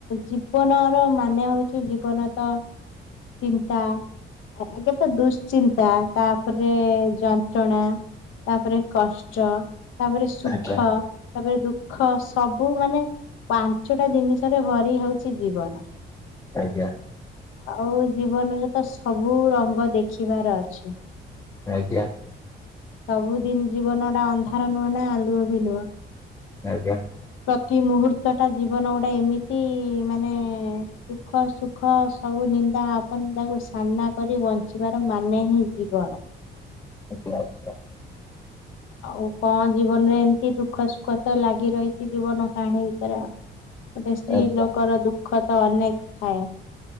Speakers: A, on the left (about 85°); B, on the left (about 15°).
A: ଜୀବନ ର ମାନେ ହଉଚି ଜୀବନ ତ ଚିନ୍ତା ଆଗ ତ ଦୁଶ୍ଚିନ୍ତା ତାପରେ ଯନ୍ତ୍ରଣା ତାପରେ କଷ୍ଟ ତାପରେ ସୁଖ
B: ଆଜ୍ଞା
A: ତାପରେ ଦୁଃଖ ସବୁ ମାନେ ପାଞ୍ଚଟା ଜିନିଷରେ ଭରି ହଉଚି ଜୀବନ।
B: ଆଜ୍ଞା।
A: ଆଉ ଜୀବନରେ ତ ସବୁ ରଙ୍ଗ ଦେଖିବାର ଅଛି।
B: ଆଜ୍ଞା।
A: ସବୁ ଦିନି ଜୀବନ ଟା ଅନ୍ଧାର ନୁହଁ ନା ଆଲୁଅ ବି ନୁହଁ।
B: ଆଜ୍ଞା।
A: ପ୍ରତି ମୁହୂର୍ତ୍ତଟା ଜୀବନ ଗୋଟେ ଏମିତି ମାନେ ଦୁଃଖ, ସୁଖ ସବୁ ନିନ୍ଦା, ଅପନିନ୍ଦାକୁ ସାମ୍ନା କରି ବଞ୍ଚିବାର ମାନେ ହିଁ ଜୀବନ।
B: ଆଜ୍ଞା ଆଚ୍ଛା।
A: ଆଉ କଣ ଜୀବନରେ ଏମତି ଦୁଃଖ, ସୁଖ ତ ଲାଗି ରହିଚି ଜୀବନ କାହାଣୀ ଭିତରେ ଆଉ। ଗୋଟେ ସ୍ତ୍ରୀ
B: ଆଜ୍ଞା
A: ଲୋକର ଦୁଃଖ ତ ଅନେକ ଥାଏ